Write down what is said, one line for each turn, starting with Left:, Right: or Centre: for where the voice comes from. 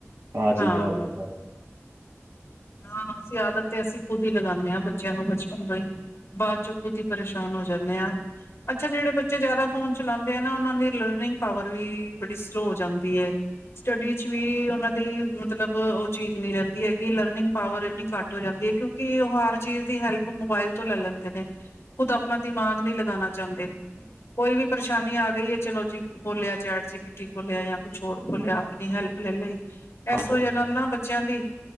Right: ਆਹ ਚੀਜ਼ਾਂ
Left: ਹਾਂ
Right: ਹੋ ਸਾਰ
Left: ਹਾਂ ਅਸੀਂ ਆਦਤ ਤੇ ਅਸੀਂ ਖੁਦ ਹੀ ਲਗਾਉਂਦੇ ਹਾਂ ਬੱਚਿਆਂ ਨੂੰ ਬਚਪਨ ਤੋਂ ਹੀ ਬਾਅਦ ਬਾਅਦ ਚ ਖੁਦ ਹੀ ਪਰੇਸ਼ਾਨ ਹੋ ਜਾਂਦੇ ਆ ਅੱਛਾ ਜਿਹੜੇ ਬ ਜਿਆਦਾ ਫੋਨ ਚਲਾਉਂਦੇ ਆ ਨਾ ਉਹਨਾਂ ਦੀ ਲਰਨਿੰਗ ਪਾਵਰ ਵੀ ਬੜੀ ਸਲੋ ਹੋ ਜਾਂਦੀ ਹੈ ਸਟੱਡੀ ਚ ਵੀ ਉਹਨਾਂ ਦੀ ਮਤਲਬ ਉਹ ਚੀਜ਼ ਨਹੀਂ ਰਹਿੰਦੀ ਹੈਗੀ ਲਰਨਿੰਗ ਪਾਵਰ ਇੰਨੀ ਘੱਟ ਹੋ ਜਾਂਦੀ ਹੈ ਕਿਉਂਕਿ ਉਹ ਹਰ ਚੀਜ਼ ਦੀ ਹੈਲਪ ਮੋਬਾਇਲ ਤੋਂ ਲੈ ਲੈਂਦੇ ਨੇ ਖੁਦ ਆਪਣਾ ਦਿਮਾਗ ਨਹੀਂ ਲਗਾਉਣਾ ਚਾਹੁੰਦੇ ਕੋਈ ਵੀ ਪਰੇਸ਼ਾਨੀ ਆ ਗਈ ਹੈ ਚਲੋ ਜੀ ਖੋਲਿਆ ਚੈਟ ਜੀ ਪੀ ਟੀ ਖੋਲਿਆ ਜਾਂ ਕੁਛ ਹੋਰ ਖੋਲਿਆ ਆਪਣੀ ਹੈਲਪ ਲੈ ਲਈ
Right: ਹਾਂਜੀ
Left: ਇਸ ਵਜਾ ਨਾਲ ਨਾ ਬੱਚਿਆਂ ਦੀ